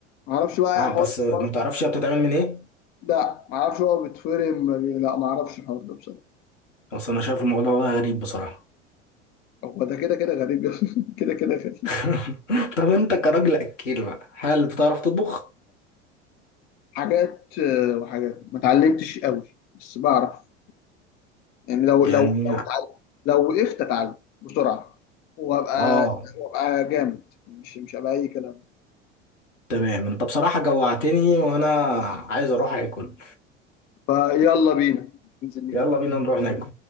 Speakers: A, on the left; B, on the left.
A: ما اعرفش بقى
B: اه
A: يا حوار
B: بس ما
A: الفرن
B: تعرفش هي بتتعمل من ايه
A: لا ما اعرفش هو بيتفرم ما بي- لا ما اعرفش الحوار ده بصراحه
B: بس انا شايف الموضوع ده غريب بصراحة
A: هو ده كده كده غريب يا أخي. <laughs> كده كده غريب
B: <laughs> طب انت كراجل اكيل بقى هل بتعرف تطبخ
A: حاجات آه، وحاجات ما اتعلمتش قوي بس بعرف يعني لو
B: يعني
A: لو لو اتعلم لو وقفت اتعلم بسرعه وابقى
B: اه
A: وابقى جامد مش مش هبقى اي كلام
B: تمام انت بصراحة جوعتني وانا عايز اروح اكل
A: فيلا بينا ننزل نجيب
B: يلا بينا نروح ناكل